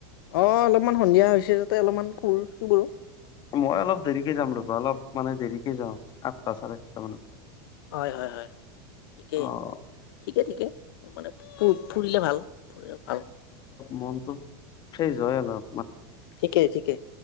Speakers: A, on the left (about 70°); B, on the left (about 35°).
A: অ অলপমান সন্ধিয়া হৈছে যাতে অলপমান ফুৰ চুৰ কৰো
B: মই অলপ দেৰিকে যাম ৰবা অলপ মানে দেৰি থাকি যাওঁ আঠটা চাৰে সাতটা মানত
A: হয় হয় হয় ঠিকেই
B: অ'
A: ঠিকে ঠিকে মানে ফুৰিলে ভাল ফুৰি ভাল
B: মনতটো ফ্ৰেছ হয় আলপ
A: ঠিকে ঠিকে